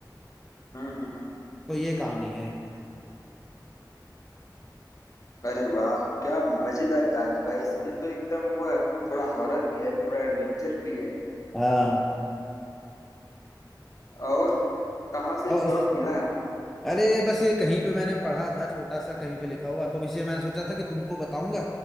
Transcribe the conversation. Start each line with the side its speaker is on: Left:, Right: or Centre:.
Left: हम्म हम्म हम्म।
Centre: तो ये कहानी है
Left: अरे वाह क्या मजेदार कहानी भाई इसमें तो एकदम वह थोड़ा हॉरर भी है थोड़ा एडवेंचर भी है
Centre: हाँ
Left: और कहाँ से
Centre: और
Left: प्लॉट मिला है
Centre: अरे बस ये कहीं पे मैंने पढ़ा था छोटा सा कहीं पे लिखा हुआ तो इसलिए मैंने सोचा था कि तुमको बताऊंगा